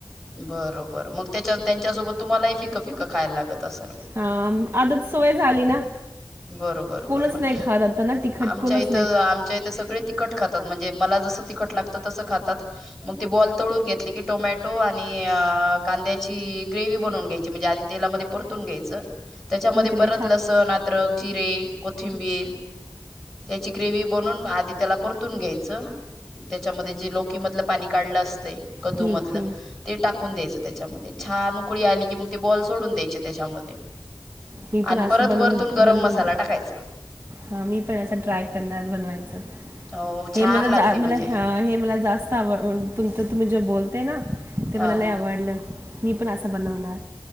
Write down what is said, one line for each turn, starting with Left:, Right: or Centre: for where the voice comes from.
Centre: बरोबर मग त्याच्या त्यांच्यासोबत तुम्हाला ही फींक फिकं खायला लागत असेल
Right: हा आम आता सवय झाली ना.
Centre: बरोबर
Right: कोणच
Centre: बरोबर.
Right: नाही खात आता ना तिखट
Centre: आमच्या
Right: कोणच
Centre: इथं आमच्या इथे सगळे तिकट खातात. म्हणजे मला जस तिखट लागत तसं खातात. मग ती बॉल तळून घेतली की टोमॅटो आणि कांद्याची ग्रेवी बनवून घ्यायची. म्हणजे आधी तेलामध्ये परतून घ्यायचं. त्याच्यामध्ये
Right: तर
Centre: परत
Right: लय
Centre: लसण आद अद्रक, जिरे, कोथिंबीर, त्याची ग्रेवी बनून आधी त्याला परतून घ्यायचं. त्याच्यामध्ये जे लौकी मधलं पाणी काढलं असतय कदुमधलं
Right: ठीक ठीक.
Centre: ते टाकून द्यायचं. त्याच्यामध्ये. छान ऊकळी आली कि मग ते बॉल सोडून द्यायचे त्याच्यामध्ये.
Right: मी पण
Centre: आणि
Right: अस
Centre: परत
Right: बणवून
Centre: वरतून गरम
Right: बनवून
Centre: मसाला टाकायचा
Right: हा, मी पण अस ट्राय करणार बनवायच.
Centre: हो
Right: हे
Centre: छान
Right: म
Centre: लागती म्हणजे
Right: मला हे मला जास्त जास्त आव तुमच तुम्ही ज ते ना, ते
Centre: हा
Right: मला लय आवडलं. मी पण असं बनवणार.